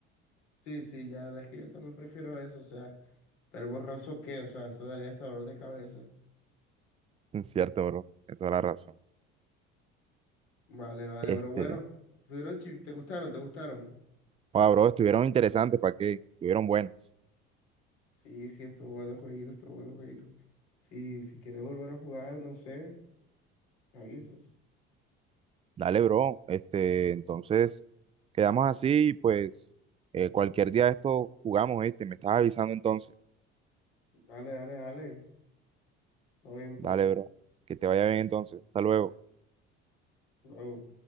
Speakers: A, on the left; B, on the right.
A: Sí, sí, ya la verdad es que yo también prefiero eso. O sea, pero borroso qué? O sea, eso daría hasta dolor de cabeza.
B: Es cierto, bro. De toda la razón.
A: Vale, vale,
B: Este.
A: pero bueno. Estuvieron chi- ¿Te gustaron? ¿Te gustaron?
B: Wow, bro, estuvieron interesantes, ¿para qué? Estuvieron buenas.
A: Sí, sí, estuvo bueno el jueguito, estuvo bueno el jueguito. Sí, si quieres volver a jugar, no sé, me avisas.
B: Dale, bro. Este, entonces, quedamos así y pues eh, cualquier día de esto jugamos, este, me estás avisando entonces.
A: Dale, dale, dale. Todo bien, pues.
B: Dale, bro. Que te vaya bien entonces. Hasta luego.
A: Luego.